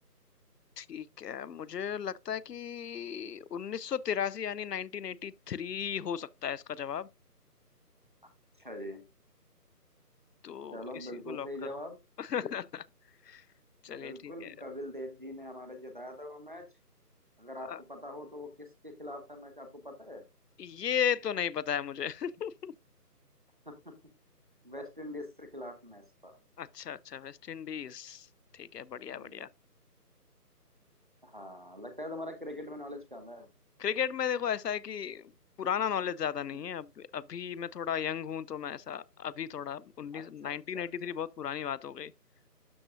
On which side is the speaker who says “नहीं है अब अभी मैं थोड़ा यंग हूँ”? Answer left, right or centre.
Left